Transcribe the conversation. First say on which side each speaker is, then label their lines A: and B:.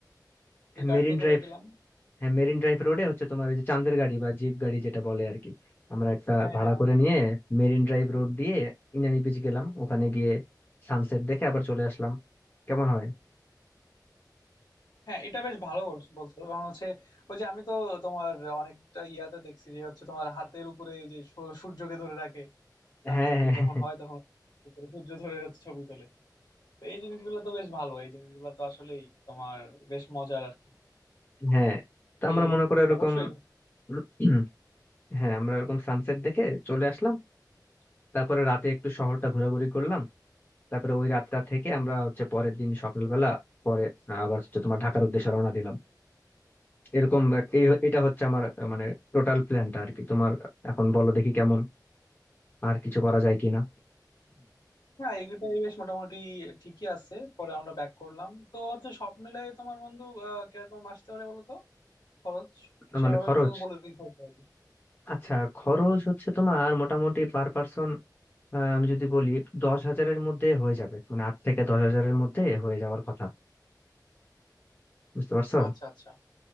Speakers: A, on the left; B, on the left.
A: ওই গাড়িতে
B: মেরিন ড্রাইভ
A: করে দিলাম
B: হ্যাঁ মেরিন ড্রাইভ রোডে হচ্ছে তোমার ওই যে চান্দের গাড়ি বা জিপ গাড়ি যেটা বলে আর কি আমরা একটা
A: হ্যাঁ
B: ভাড়া
A: হ্যাঁ
B: করে
A: হ্যাঁ
B: নিয়ে মেরিন ড্রাইভ রোড দিয়ে ইনানি বিচ গেলাম ওখানে গিয়ে সানসেট দেখে আবার চলে আসলাম কেমন হয়
A: হ্যাঁ এটা বেশ ভালো বলছ- বলছো কারণ হচ্ছে ওই যে আমি তো তোমার অনেকটা ইয়াতে দেখছি যে হচ্ছে তোমার হাতের উপরে এই যে সূ- সূর্যকে ধরে রাখে সানসেট
B: হ্যাঁ হ্যাঁ
A: যখন
B: হ্যাঁ
A: হয় তখন উপরে সূর্য ধরে হচ্ছে ছবি তোলে তো এই জিনিসগুলো তো বেশ ভালো এই জিনিসগুলো তো আসলেই তোমার বেশ মজার আর কি
B: হ্যাঁ। তো আমরা
A: এই
B: মনে করে এরকম
A: অবশ্যই
B: <clears throat> হ্যাঁ আমরা এরকম সানসেট দেখে চলে আসলাম তারপরে রাতে একটু শহরটা ঘোরাঘুরি করলাম তারপরে ওই রাতটা থেকে আমরা হচ্ছে পরের দিন সকালবেলা পরে আবার হচ্ছে তোমার ঢাকার উদ্দেশ্যে রওনা দিলাম এরকম এই- এটা হচ্ছে আমার আহ, মানে টোটাল প্ল্যানটা আর কি তোমার এখন বলো দেখি কেমন আর কিছু করা যায় কিনা
A: না এগুলোই বেশ মোটামুটি ঠিকই আছে পরে আমরা ব্যাক করলাম তো হচ্ছে সব মিলাই তোমার বন্ধু আহ কিরকম আসতে পারে বলো তো খরচ
B: না
A: সেভাবে
B: <clears throat> মানে খরচ
A: তো বলে দিতে হবে আর কি
B: আচ্ছা খরচ হচ্ছে তোমার মোটামুটি পার পার্সন আমি যদি বলি দশ হাজারের মধ্যে হয়ে যাবে মানে আট থেকে দশ হাজারের মধ্যে হয়ে যাওয়ার কথা বুঝতে পারছো
A: আচ্ছা আচ্ছা